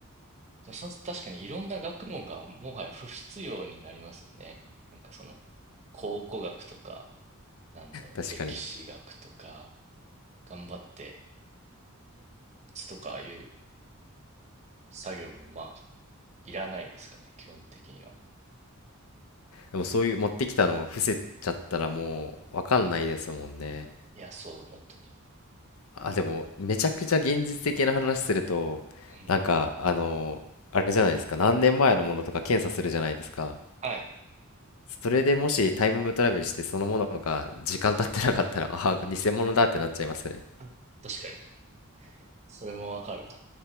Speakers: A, on the right; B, on the left.
A: そう、確かにいろんな学問がもはや不必要になりますよね。なんかその、考古学とか、なんだろう、
B: 確かに。
A: 歴史学とか、頑張って靴とかいう作業もまあ、いらないですかね、基本的には。
B: でもそういう持ってきたのを伏せちゃったらもうわかんないですもんね。
A: いや、そうだ、本当に。
B: あ、でもめちゃくちゃ現実的な話すると、
A: うんうん。
B: なんかあの、あれじゃないですか、何年前のものとか検査するじゃないですか。
A: はい。
B: それでもしタイムトラベルしてそのものが時間経ってなかったら、ああ、偽物だってなっちゃいますね。
A: あ確かに。それもわかるな。